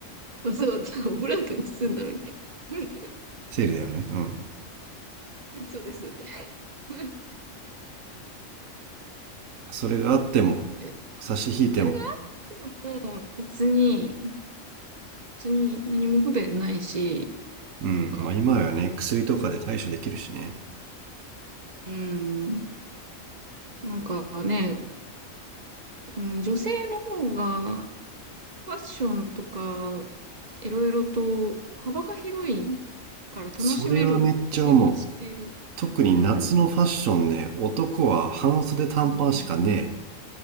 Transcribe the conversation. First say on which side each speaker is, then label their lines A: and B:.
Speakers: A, on the right; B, on the right.
A: わざわざオブラートに包んだのに。<laughs>
B: 生理だよね。うん。
A: そうです。<laughs>
B: それがあっても、
A: そう。それが
B: 差し引いても、
A: あっても、別に、別に何も不便ないし、
B: うん。
A: なんか、
B: まあ今はね、薬とかで対処できるしね。
A: いろいろ、うん、なんかね、うん、女性の方がファッションとかいろいろと幅が広いから楽しめる気がしてる。
B: それはめっちゃ思う。特に夏のファッションね、
A: うん。
B: 男は半袖短パンしかねえ。
A: ああ、